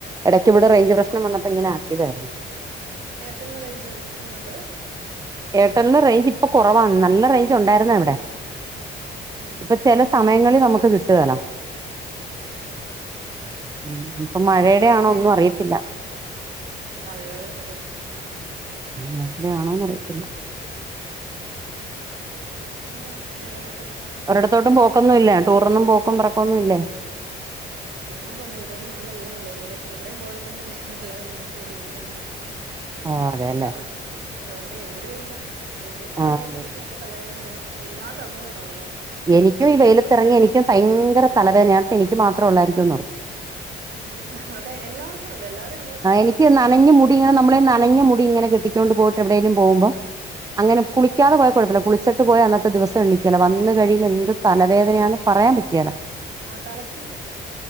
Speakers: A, on the right (about 20°); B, on the right (about 55°).
A: ഇടയ്ക്ക് ഇവിടെ റഞ്ച് പ്രശ്ം വന്നപ്പോ ഇങ്ങനെ ആക്കിയതായിരുന്നു
B: എയർടെലിന് റേഞ്ച്ണ്ട് ഫുൾ ഉണ്ട്
A: എയർടെലിും റേഞ്ച് ഇപ്പൊ കുറവാാണ് നല്ല റേഞ്ച് ഉണ്ടായിുന്നോ ഇവിടെ
B: ഉം
A: ഇപ്പൊ
B: ഉം
A: ചില
B: ഉം
A: സമയങ്ങളിൽ നമുക്ക് കിട്ടുകേല
B: ആഹ്
A: ഉ ഇപ്പൊ മഴയുടെയാണോ
B: മേ
A: ഒന്നും അറിയത്തില്ല
B: മഴയുടെ അതെ ഉം
A: മഴെടെ ആണോന്ന് അറിയത്തില്ല
B: പിന്നെ വേറെന്തൊക്കെയ ഉണ്ട്
A: ഒരിടത്തോട്ടും പോക്കൊന്നും ഇല്ലേ ടൂറൊന്നും പോക്കും പെറക്കൊന്നുമില്ലേ
B: ടൂറിനന്ന ഇപ്പ പിന്നെ നല്ല വെയിലല്ലേ വെയിലത്ത് എവിടെ പോകാതിരിക്കുന്നല്ലേ നല്ലതന്ന് വിചാരിച്ച് വീട്ടിൽ തന്നെ ഇരിക്കാം
A: ആഹ് അതെല്ലേ
B: അടെ അതെ എന്തൊരു വെയിലാ വെയിലത്തി ഇറങ്ങിട്ടുണ്ടെങ്കി
A: ആഹ്
B: അപ്പ തലവേദന വരും ഇല്ലാത്ത അസുഖം ഉണ്ടാവൂല്ല
A: എനിക്കും ഈ വെയിലത്തിറങ്ങിയ എനിക്കും ഭയങ്കര തലവേദനയാ ഞാനോർത്ത് എനിക്ക് മാത്രം ഉള്ളായിരിക്കും
B: ഉം അതെ എല്ലാവർക്കും ഉണ്ട് എല്ലാവർക്കും
A: ആ എനിക്ക് നനഞ്ഞ മുടി ഇങ്ങനെ നമ്മളെ നനഞ്ഞ മുടി ഇങ്ങനെ കെട്ടിക്കൊണ്ട് പോയിട്ട് എവിടെേലും പോകുമ്പോ അങ്ങനെ
B: ആ
A: കുളി ളിക്കാതെ പോയ കൊഴപ്പമില്ല കുളിച്ചിട്ട് പോയ അന്നത്തെ ദിവസം എണി ക്കെല വന്നു കഴിയുമ്പോ എന്ത് തലവേദനയന്ന് പറയാൻ പറ്റിയല്ല
B: ആ തലക്ക്